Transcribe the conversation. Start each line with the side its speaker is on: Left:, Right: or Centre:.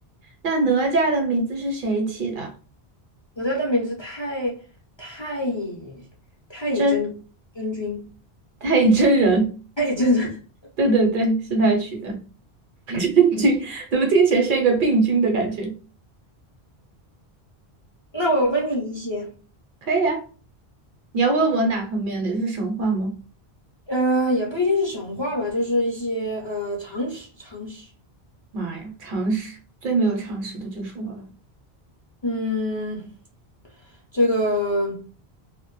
Right: 那哪吒的名字是谁起的？
Left: 我家的名字太太乙太乙真真君，
Right: 真，太乙真人。
Left: 太乙真人。
Right: 对对对，是他取的。<laughs> 真君，怎么听起来像一个病菌的感觉？
Left: <laughs> 那我问你一些，
Right: 可以啊。你要问我哪方面的是神话吗？
Left: 呃，也不一定是神话吧，就是一些呃常识常识。
Right: 妈呀，常识，最没有常识的就是我了。
Left: 嗯，这个